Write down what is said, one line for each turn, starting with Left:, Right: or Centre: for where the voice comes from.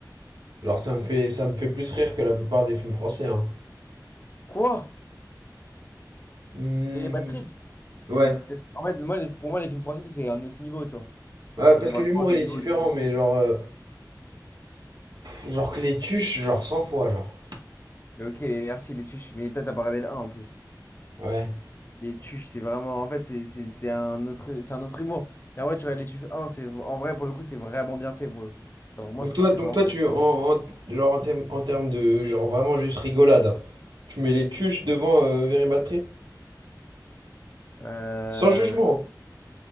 Right: Genre, ça me fait, ça me fait plus rire que la plupart des films français, hein.
Left: Quoi?
Right: Hmm.
Left: Very Bad Trip?
Right: Ouais.
Left: Mais peut-être- en fait, moi, les- pour moi, les films français, c'est un autre niveau, tu vois.
Right: Ouais,
Left: Genre, c'est
Right: parce
Left: vraiment
Right: que l'humour,
Left: le
Right: il
Left: niveau
Right: est différent,
Left: dessus.
Right: mais genre... euh, pff, genre que les tuches, genre 100 fois, genre.
Left: Mais ok, merci les tuches. Mais toi, t'as pas regardé le 1 en plus.
Right: Ouais.
Left: Les tuches, c'est vraiment. En fait, c'est c'est- c'est un autre, c'est un autre humour. Et en vrai, tu regardes les tuches un c'est, en vrai, pour le coup, c'est vraiment bien fait. Pour le... Genre, moi,
Right: Donc
Left: je
Right: toi,
Left: trouve que c'est
Right: donc
Left: vraiment.
Right: toi tu en, en- genre en, termes en termes de genre vraiment juste rigolade, hein, tu mets les tuches devant euh, Very Bad Trip?
Left: Euh,
Right: Sans jugement.